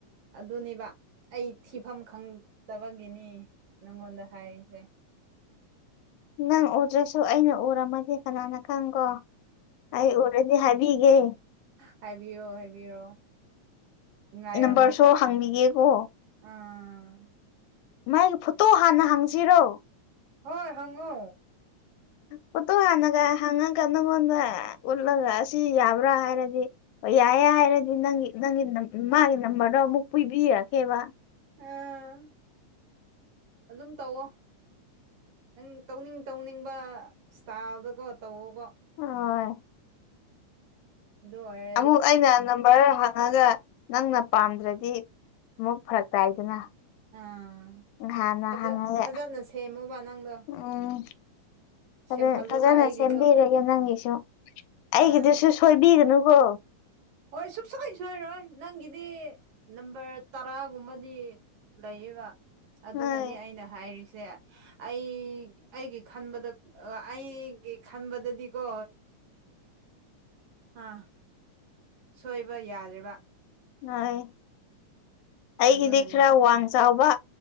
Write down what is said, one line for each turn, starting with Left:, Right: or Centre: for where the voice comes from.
Right: ꯑꯗꯨꯅꯦꯕ ꯑꯩ ꯊꯤꯐꯝ ꯈꯪꯗꯕꯒꯤꯅꯤ ꯅꯪꯉꯣꯟꯗ ꯍꯥꯏꯔꯤꯁꯦ
Left: ꯅꯪ ꯎꯗ꯭ꯔꯁꯨ ꯑꯩꯅ ꯎꯔꯝꯃꯗꯤ ꯀꯅꯥꯅ ꯈꯪꯀꯣ ꯑꯩ ꯎꯔꯗꯤ ꯍꯥꯏꯕꯤꯒꯦ
Right: ꯍꯥꯏꯕꯤꯑꯣ ꯍꯥꯏꯕꯤꯔꯣ ꯉꯥꯏꯔꯝꯒꯦꯕ
Left: ꯅꯝꯕꯔꯁꯨ ꯍꯪꯕꯤꯒꯦꯀꯣ
Right: ꯑꯥ
Left: ꯃꯥꯒꯤ ꯐꯣꯇꯣ ꯍꯥꯟꯅ ꯍꯪꯁꯤꯔꯣ
Right: ꯍꯣꯏ ꯍꯪꯉꯣ
Left: ꯐꯣꯇꯣ ꯍꯥꯟꯅꯒ ꯍꯪꯉꯒ ꯅꯪꯉꯣꯟꯗ ꯎꯠꯂꯒ ꯑꯁꯤ ꯌꯥꯕ꯭ꯔꯥ ꯍꯥꯏꯔꯗꯤ ꯌꯥꯏꯌꯦ ꯍꯥꯏꯔꯗꯤ ꯅꯪꯒꯤ ꯅꯪꯒꯤ ꯃꯥꯒꯤ ꯅꯝꯕꯔꯗꯣ ꯑꯃꯨꯛ ꯄꯤꯕꯤꯔꯛꯀꯦꯕ
Right: ꯑꯥ ꯑꯗꯨꯝ ꯇꯧꯋꯣ ꯎꯝ ꯇꯧꯅꯤꯡ ꯇꯧꯅꯤꯡꯕ ꯁ꯭ꯇꯥꯏꯜꯗꯀꯣ ꯇꯧꯑꯣꯕ
Left: ꯍꯣꯏ
Right: ꯑꯗꯨ ꯑꯣꯏ
Left: ꯑꯃꯨꯛ ꯑꯩꯅ ꯅꯝꯕꯔꯗꯣ ꯍꯪꯉꯒ ꯅꯪꯅ ꯄꯥꯝꯗ꯭ꯔꯗꯤ ꯑꯃꯨꯛ ꯐꯔꯛ ꯇꯥꯏꯗꯅ
Right: ꯑꯥ
Left: ꯍꯥꯟꯅ
Right: ꯑꯗꯣ
Left: ꯍꯪꯉꯒ
Right: ꯐꯖꯅ ꯁꯦꯝꯃꯨꯕ ꯅꯪꯗꯣ
Left: ꯎꯝ ꯐꯖ
Right: ꯁꯦꯝꯍꯜꯂꯨꯕ
Left: ꯐꯖꯅ
Right: ꯑꯩꯒꯤꯗꯣ
Left: ꯁꯦꯝꯕꯤꯔꯒꯦ ꯅꯪꯒꯤꯁꯨ ꯑꯩꯒꯤꯗꯨꯁꯨ
Right: ꯑꯥ
Left: ꯁꯣꯏꯕꯤꯒꯅꯨꯀꯣ
Right: ꯍꯣꯏ ꯁꯨꯛꯁꯣꯏ ꯁꯣꯏꯔꯣꯏ ꯅꯪꯒꯤꯗꯤ ꯅꯝꯕꯔ ꯇꯔꯥꯒꯨꯝꯕꯗꯤ ꯂꯩꯌꯦꯕ ꯑꯗꯨꯅꯅꯤ
Left: ꯅꯣꯏ
Right: ꯑꯩꯅ ꯍꯥꯏꯔꯤꯁꯦ ꯑꯩ ꯑꯩꯒꯤ ꯈꯟꯕꯗ ꯑꯩꯒꯤ ꯈꯟꯕꯗꯗꯤꯀꯣ ꯑꯥ ꯁꯣꯏꯕ ꯌꯥꯗ꯭ꯔꯦꯕ
Left: ꯍꯣꯏ ꯑꯩꯒꯤꯗꯤ
Right: ꯑꯗꯨꯅꯅꯦ
Left: ꯈꯔ ꯋꯥꯡ ꯆꯥꯎꯕ